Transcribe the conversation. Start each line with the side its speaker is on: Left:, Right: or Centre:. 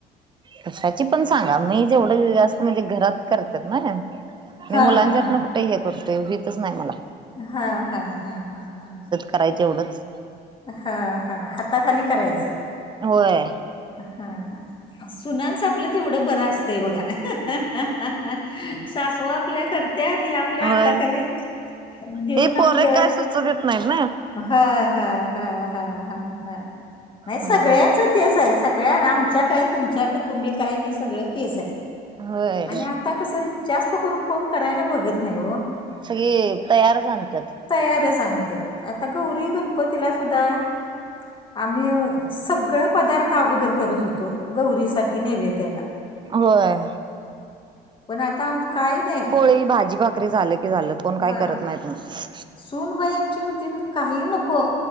Right: कशाची पण सांगा मी जेवढं जास्त म्हणजे घरात करतेात ना मी
Left: हा
Right: मुलांच्यात
Left: हा
Right: ना ते हे करतोय वितच नाही मला.
Left: हा, हा, हा, हा, हा.
Right: करायच एवढंच
Left: हा -हा हाताखाली करायचं.
Right: होय,
Left: हा, सुनानचं आपलं तेवढं बरं असतं तेय बघा, अं, हा, हा. हा... सासवा आपल्या करत्यात हे आपल्या
Right: होय
Left: हाताखाली देऊन
Right: हे
Left: आपलं,
Right: पोरे काय सुचू देत नाहीत
Left: हा -हा. हा, हा, हा, हा, नाही सगळ्यांच
Right: ना
Left: तेच आहे, सगळ्या आमच्या काय तुमच्या त तुम्ही काय नाही सगळं तेच आहे.
Right: होय
Left: आणि आत्ता कसं जास्त करून फोन करायला बघत नाही हो.
Right: सगळी तयारच आणत्यात.
Left: तयारच आणत्यात आता गौरी, गणपतीला सुद्धा आम्ही ओ सगळं पदार्थ अगोदर करत होतो, गौरी साठी नैवेद्याला.
Right: होय,
Left: पण आता काही नाही.
Right: ही भाजी-भाकरी झालं की झालं. कोण काय
Left: हा
Right: करत नाहीत मग
Left: सूनबाई आमची म्हणती काही नको.